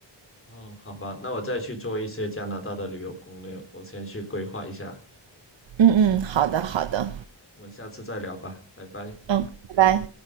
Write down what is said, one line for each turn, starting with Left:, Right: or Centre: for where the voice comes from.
Left: 哦，好吧，那我再去做一些加拿大的旅游攻略，我先去规划一下，
Right: 嗯嗯，好的好的，
Left: 我们下次再聊吧，拜拜。
Right: 嗯，拜拜。